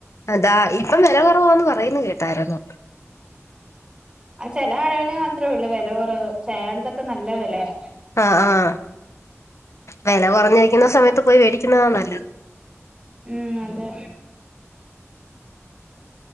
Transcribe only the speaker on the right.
ആഹ് ചെലെ കടകൾല് മാത്രേ ഒള്ളു വെല കൊറവ് ചെലാേട്ത്തൊക്കെ നല്ല വെലയാ
ഉം അതെ